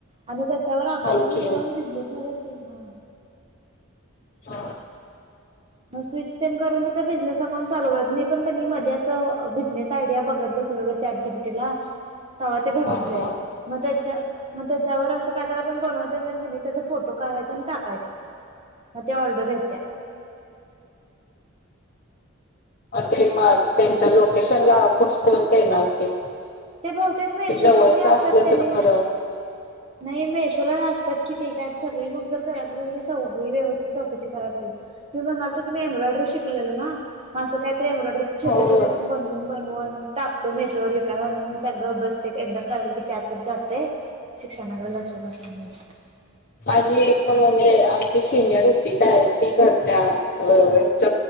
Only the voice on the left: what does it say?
हाय की
हो.
हा हा
ते मग त्यांच्या
लोकेशन ला कुसकन देणार ते
जवळच
असलं
तर बरं.
हो.
माझी एक म्हणजे आमची सिनियर होती काय ती करत्या
अ ह्याच